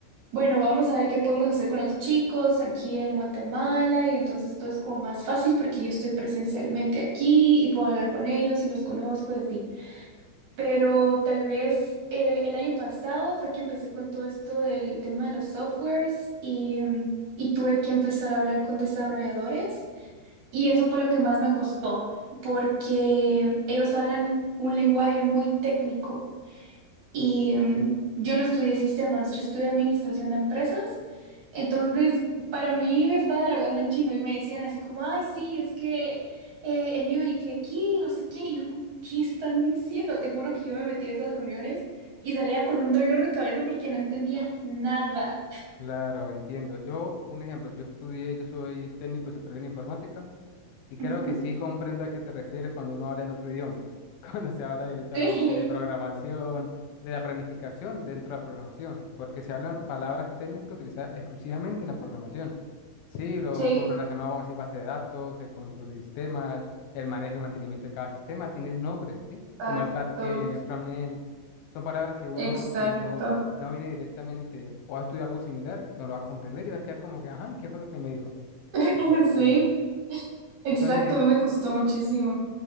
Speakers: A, on the right; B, on the left.
A: bueno, vamos a ver qué podemos hacer con los chicos aquí en Guatemala y entonces todo es como más fácil porque yo estoy presencialmente aquí y puedo hablar con ellos y los conozco y así. Pero tal vez eh, el año pasado fue que empecé con todo esto del tema de los softwares y, mm, y tuve que empezar a hablar con desarrolladores y eso fue lo que más me costó porque ellos hablan un lenguaje muy técnico. Y mm, yo no estudié sistemas, yo estudié administración de empresas. Entonces, para mí me estaban hablando en chino y me decían así como, ay, sí, es que eh, el UAT aquí, no sé qué. Y yo como, ¿qué están diciendo? Te juro que yo me metí a esas reuniones y salía con un dolor de cabeza porque no entendía nada.
B: Claro, entiendo. Yo, un ejemplo, yo estudié, yo soy técnico superior en informática. Y creo
A: Ujú.
B: que sí
A: <laughs>
B: comprendo a qué te refieres cuando uno habla en otro idioma, <laughs> cuando se habla directamente
A: Sí,
B: de programación, de la planificación dentro de la programación, porque se hablan palabras técnicas utilizadas exclusivamente en la programación. Sí, lo,
A: sí,
B: todo relacionado, vamos a decir, base de datos, el control de sistemas, el manejo y mantenimiento de cada sistema, tiene nombres, ¿sí?
A: Exacto,
B: Como el backend, el frontend, son palabras que uno,
A: exacto.
B: si no, no viene directamente o ha estudiado algo similar, no lo va a comprender y va a quedar como que, ajá, ¿y qué fue lo que me dijo?
A: <laughs>
B: Y te entiendo.
A: Sí, exacto,
B: Entonces me dice,
A: a mí me costó muchísimo.